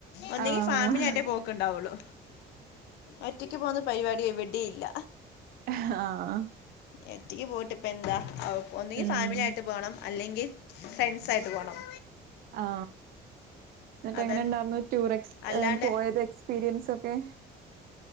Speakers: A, on the left; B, on the right.
A: ഒന്നെങ്കി
B: ആഹ്
A: ഫാമിലി ആയിട്ടേ പോ ക്ക്ണ്ടാവൊള്ളൂ ഒറ്റയ്ക്ക് പോവുന്ന പരിപാടി എവിടെം ഇല്ല
B: ആ ആ
A: ഒറ്റയ്ക്ക് പോയിട്ട് ഇപ്പ എന്താ ഒന്നങ്കിൽ
B: ഉം
A: ഫാമിലി ആയിട്ട് പോകണം അല്ലെങ്കിൽ ഫ്രണ്ട്സ് ആയിട്ട് പോണം
B: ആ എന്നിട്ട്
A: അതെ
B: എങ്ങനെ ണ്ടായിരുന്നു ടൂർ എക്സ്
A: അല്ലാണ്ട്
B: പോയത് എക്സ് എക്സ്പീരിയൻസ് ഒക്കെ